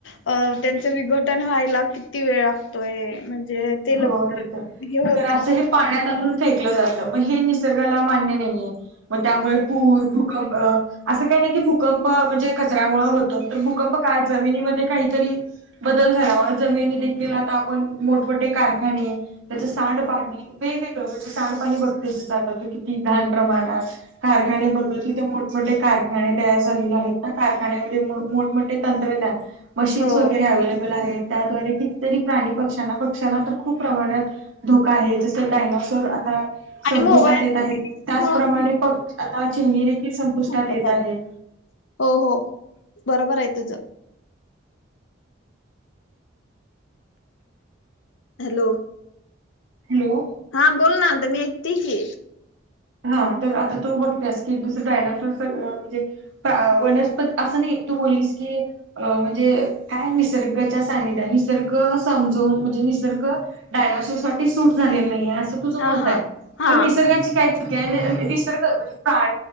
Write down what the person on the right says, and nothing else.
हो, एक तर,
तर
असं हे पाण्यात आणून,, फेकलं जातं मग हे, निसर्गाला मान्य नाहीये. मग, त्यामुळे पूर भूकंप, असं, काही नाही की, भूकंप म्हणजे कचऱ्यामुळ होतो, तर भूकंप काय जमिनीमध्ये काहीतरी बदल झाल्या मुळे, जमिनी देखील आता, आपण मोठमठ ठे, कारखाने, त्याच सांडपाणी वेगवेगळे, म्हणजे, सांडपाणी बघ किती घाण प्रमाणात, कारखाने बघल तिथे मोठे -मोठे कारखाने तयार झालेले आहेत. कारखान्यामध्ये, मोठमठे तंत्रज्ञान मशीन्स,
वगैरे अवलेबल आहेत. त्याद्वारे कितीतरी, प्राणी पक्ष्यांना, पक्ष्यांना तर खूप प्रमाणात धोका आहे, जसं डायनाॉसोर आता
संपुष्टात
येत आहेत, त्याचप्रमाणे
प आता चिमणी देखील, संपुष्टात
येत आहे.
हॅलो?
हा, तर आता तू बघतेस की, दुसं डायनासोर स म्हणजे, वनस्पत, असं नाही तू बलीस की, अ, म्हणजे काय, निसर्गाच्या सानिद्यात, निसर्ग समजून म्हणजे, निसर्ग डायनाॉसोर, साठी सूट झालेलं नाहीे, असं तुझं
मत
आहे.
पण निसर्गाची काय चुकी, निसर्ग म्हणजे- प्रा